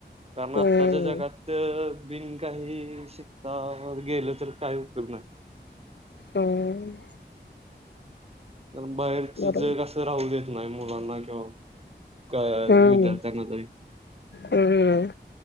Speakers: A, on the right; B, on the left.
A: कारण
B: हम्म
A: आत्ताच्या जगात बिनकाही शिकता गेलं तर काही उपयोग नाही.
B: हम्.
A: कारण बाहेरच
B: बरोबर
A: जग असं राहू देत नाही मुलांना किंवा काय
B: हम्म
A: विद्यार्थ्यांना तरी
B: हम्म